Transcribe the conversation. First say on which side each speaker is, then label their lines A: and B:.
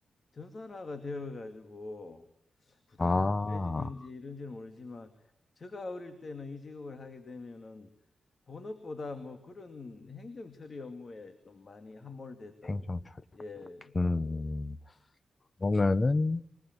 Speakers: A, on the left; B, on the left.
A: 전산화가 되어 가지고 부담이
B: 아,
A: 덜해지는지 이런지는 모르지만 제가 어릴 때는 이 직업을 하게 되면은 본업보다 뭐 그런 행정 처리 업무에 좀 많이 함몰됐다고
B: 행정 처리.
A: 예
B: 음, 그러면은